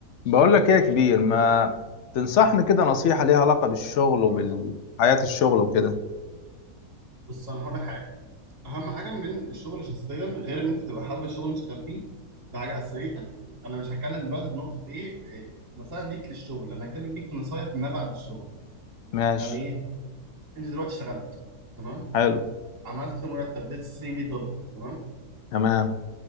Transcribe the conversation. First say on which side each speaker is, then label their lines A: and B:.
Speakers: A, on the left; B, on the right.
A: بقول لك ايه يا كبير ما تنصحني كده نصيحة ليها علاقة بالشغل وبالحياة الشغل وكده
B: بص انا هقول لك حاجه اهم حاجه من الشغل شخصيا غير ان انت تبقى حابب الشغل اللي انت شغال فيه ده حاجه اساسيه انا مش هتكلم دلوقتي بنقطه ايه إيه، نصايح ليك للشغل انا هتكلم ليك نصايح ما بعد الشغل
A: ماشي
B: يعني ايه انت دلوقتي اشتغلت تمام
A: حلو
B: عملت مرتب ليتس سي 100 دولار تمام
A: تمام